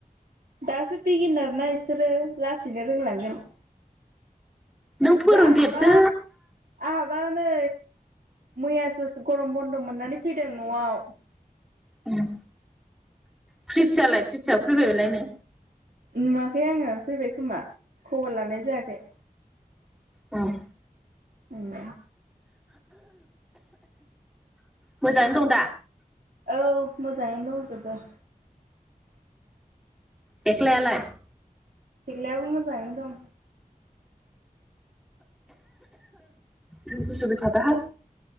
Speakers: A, on the right; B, in the centre.
A: दासो बिगिनार ना बिसोरो लासैनो रोंलांगोन
B: नों फोरोंदेरदो
A: जा आहाबा आहाबा नै मैयासो गरम बन्द' मोननानै फैदों न'आव
B: उम फ्रिथियालाय प्रिथिया फैबाय बालायनो
A: नुवाखै आङो फैबाय खोमा खबर लानाय जायाखै
B: उम
A: उम
B: मोजाङै दं दा?
A: औ मोजाङैनो दंजोबो।
B: थेख्लायालाय?
A: थेख्लायाबो मोजांयै दं।
B: गुजुबाय थादोहाय